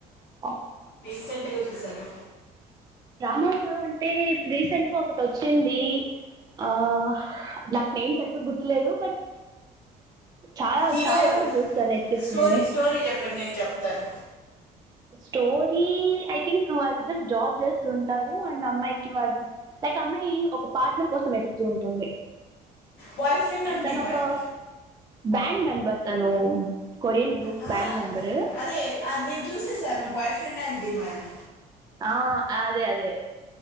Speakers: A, on the right; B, on the left.
A: వాక్
B: రిసెంట్గా చూశారు
A: అమాస్ అంటే రీసెంట్ గా ఒక్కటి వచ్చింది ఆ నాకు నేమ్ సరిగ్గా గుర్తులేదు బట్ చాలా
B: హీరో
A: చాలా
B: ఎవరు
A: వరకు చూస్తా నెట్ ఫ్లిక్స్
B: స్టోరీ
A: నేను
B: స్టోరీ చెప్పండి నేను చెప్తాను
A: స్టోరీ ఐ థింక్ వాళ్ళిద్దరు జాబ్ చేస్తుంటారు అండ్ అమ్మాయికి వాళ లైక్ అమ్మాయి ఒక పార్ట్నర్ కోసం వెతుకుతూ ఉంటుంది
B: బాయ్ ఫ్రెండ్ అండ్ అండి
A: తను
B: ది మ్యాన్
A: ఒక బ్యాండ్ మెంబర్ తను కొరియన్ గ్రూప్
B: ఆ,
A: బ్యాండ్ మెంబరు
B: అదే అది నేను చూసేసాను బాయ్ ఫ్రెండ్ అండ్ డిమ్యాండ్
A: ఆ అదే అదే